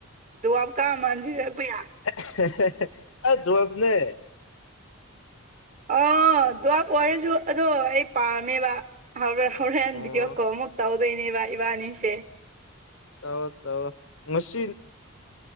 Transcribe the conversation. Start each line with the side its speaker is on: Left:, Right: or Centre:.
Right: ꯗꯨꯋꯥꯞꯀꯥ ꯃꯥꯟꯁꯤꯔꯛꯄ ꯌꯥꯔꯦ꯫
Left: ꯍꯥ ꯍꯥ ꯑꯥ ꯗꯋ꯭ꯥꯞꯅꯦ꯫
Right: ꯑꯧ ꯗꯋ꯭ꯥꯞ ꯑꯣꯏꯔꯁꯨ ꯑꯗꯣ ꯑꯩ ꯄꯥꯝꯃꯦꯕ ꯍꯥꯏꯕꯔ꯭꯫ ꯍꯣꯔꯦꯟ
Left: ꯑꯣ
Right: ꯚꯗꯤꯑꯣ ꯀꯣꯜꯃꯨꯛ ꯇꯧꯗꯣꯏꯅꯦꯕ ꯏꯕꯥꯅꯤꯁꯦ꯫
Left: ꯇꯧꯔꯣ ꯇꯧꯔꯣ ꯉꯁꯤꯟ